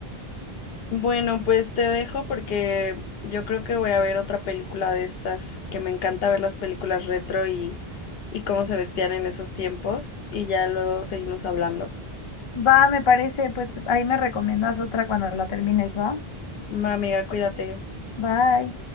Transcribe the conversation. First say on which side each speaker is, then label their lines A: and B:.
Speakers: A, on the left; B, on the left.
A: Bueno, pues te dejo porque yo creo que voy a ver otra película de estas, que me encanta ver las películas retro y, y cómo se vestían en esos tiempos, y ya luego seguimos hablando.
B: Va, me parece, pues ahí me recomiendas otra cuando la termines, ¿va?
A: Ma amiga, cuídate.
B: Bye.